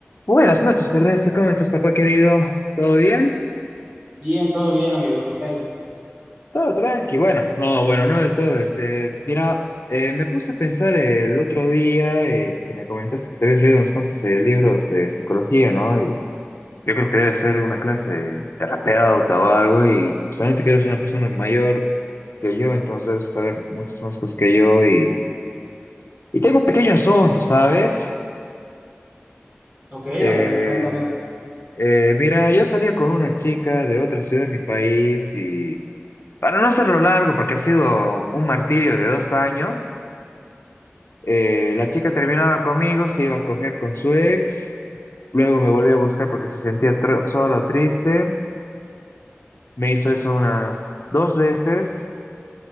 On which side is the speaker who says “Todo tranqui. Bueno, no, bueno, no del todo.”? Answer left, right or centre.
Left